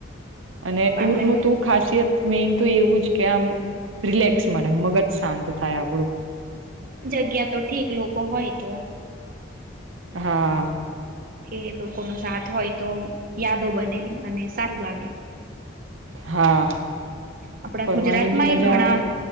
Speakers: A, on the right (about 80°); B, on the right (about 45°).
A: અને ટુર
B: આપડે
A: નું તું ખાસિયત મેન તો એવું જ કે આમ રિલેક્સ મળે મગજ શાંત થાય આપણું.
B: જગ્યા તો ઠીક લોકો હોય તો.
A: હા.
B: કે લોકો નો સાથ હોય તો યાદો બને અને સારું લાગે.
A: હા,
B: આપડા
A: ફરવાની
B: ગુજરાતમાં
A: બી મજા
B: એ ઘણા
A: આવે